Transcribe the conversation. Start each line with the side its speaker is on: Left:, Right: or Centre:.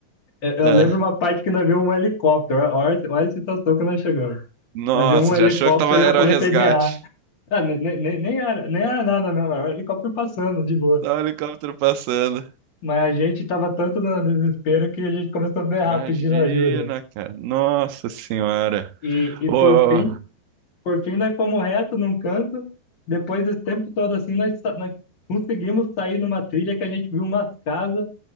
Left: Eu eu
Right: Ah,
Left: lembro uma parte que nós vimos um helicóptero. Olha, olha a situação que nós chegamos.
Right: nossa,
Left: Nós vimos um helicóptero
Right: já achou que tava, era
Left: e eu comecei
Right: o resgate.
Left: a berrar. Ah, nem, nem, nem era, nem era nada, não. Era um helicóptero passando de boa.
Right: Tá o helicóptero passando.
Left: Mas a gente estava tanto no desespero que a gente começou a berrar
Right: Imagina,
Left: pedindo ajuda.
Right: cara. Nossa senhora.
Left: E, e
Right: Ô.
Left: por fim, por fim nós fomos reto num canto. Depois desse tempo todo assim, nós, sa- nós conseguimos sair numa trilha que a gente viu umas casas,